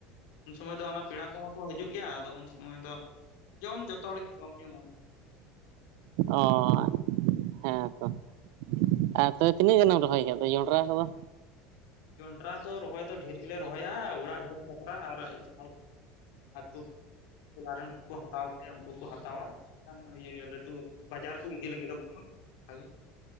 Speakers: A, on the left (about 70°); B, on the right (about 65°).
A: ᱩᱱ ᱥᱩᱢᱟᱹᱭ ᱫᱚ ᱚᱱᱟ ᱯᱮᱲᱟ ᱠᱚᱦᱚᱸ ᱠᱚ ᱦᱤᱡᱩᱜ ᱜᱮᱭᱟ ᱟᱫᱚ ᱩᱱ ᱥᱩᱢᱟᱹᱭ ᱫᱚᱼᱼ ᱡᱚᱢ ᱡᱚᱛᱚ ᱦᱚᱲ ᱜᱮ ᱡᱚᱢ ᱧᱩ ᱢᱚᱸᱡᱽᱼᱼ
B: ᱚᱸ᱾ ᱦᱮᱸᱛᱚ᱾ᱟᱨ ᱛᱚᱵᱮ ᱛᱤᱱᱟᱹᱜ ᱜᱟᱱᱮᱢ ᱨᱚᱦᱚᱭ ᱠᱟᱫᱟ ᱡᱚᱸᱰᱨᱟ ᱠᱚᱫᱚ?
A: ᱡᱚᱸᱰᱨᱟ ᱫᱚ ᱨᱚᱦᱚᱭ ᱫᱚ ᱰᱷᱮᱨ ᱜᱮᱞᱮ ᱨᱚᱦᱚᱭᱟ ᱚᱲᱟᱜ ᱡᱚᱢ ᱵᱟᱠᱷᱨᱟ ᱟᱨ ᱡᱟᱦᱟᱸᱭᱼᱼ ᱟᱛᱩ ᱴᱚᱞᱟ ᱨᱮᱱ ᱠᱚᱠᱚ ᱦᱟᱛᱟᱣ ᱠᱷᱟᱡ ᱩᱱᱠᱩ ᱠᱚ ᱦᱟᱛᱟᱣᱟ᱾ ᱟᱱ ᱤᱭᱟᱹ ᱞᱟᱹᱴᱩ ᱵᱟᱡᱟᱨ ᱠᱩ ᱤᱫᱤ ᱞᱟᱹᱜᱤᱫ ᱫᱚ ᱵᱟᱝᱢᱟ ᱚᱱᱠᱟ ᱜᱮ